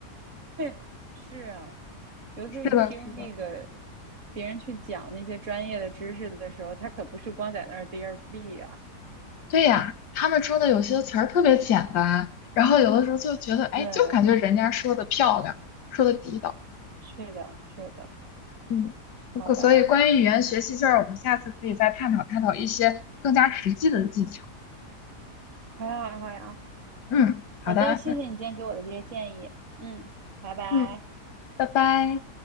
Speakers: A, on the right; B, on the left.
A: <laughs> 是啊，有的时候你听那个
B: 是的，是的，
A: 别人去讲那些专业的知识的时候，他可不是光在那儿 there be 啊。
B: 对呀，他们说的有些词儿特别简单，然后有的时候就觉得，哎，
A: 对，
B: 就感觉人家说的漂亮，说的地道，
A: 是的，是的，
B: 嗯，
A: 好吧，
B: 可所以关于语言学习就是我们下次可以再探讨探讨一些更加实际的技巧。
A: 好呀，好呀。
B: 嗯，好的，
A: 好的，谢谢你今天给我的这些建议。
B: 那
A: 嗯，拜拜。
B: 嗯，拜拜。